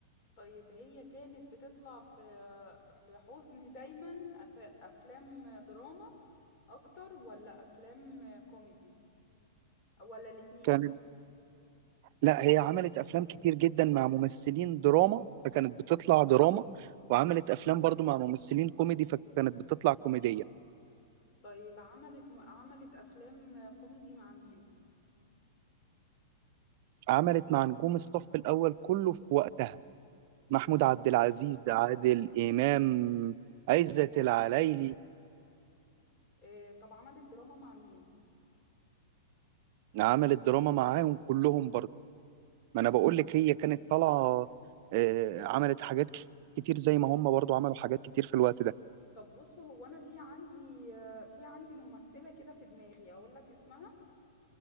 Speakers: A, on the left; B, on the right.
A: طيب هي كانت بتطلع في في حزن دايما أف... افلام دراما اكتر ولا افلام كوميدي ولا الاتنين
B: كانت لا هي عملت أفلام كتير جدا مع ممثلين دراما فكانت بتطلع دراما وعملت أفلام برضو مع ممثلين كوميدي فكانت بتطلع كوميدية
A: طيب عملت م... عملت افلام كوميدي مع مين
B: عملت مع نجوم الصف الأول كله في وقتها محمود
A: اللي هم
B: عبد العزيز عادل إمام عزت العلايلي
A: آه، طب عملت دراما مع مين
B: عملت دراما معاهم كلهم برضه ما أنا بقول لك هي كانت طالعة آه، عملت حاجات ك- كتير زي ما هم برضه عملوا حاجات كتير في الوقت ده
A: طب بص هو انا في عندي آه، في عندي ممثلة كده في دماغي اقول لك اسمها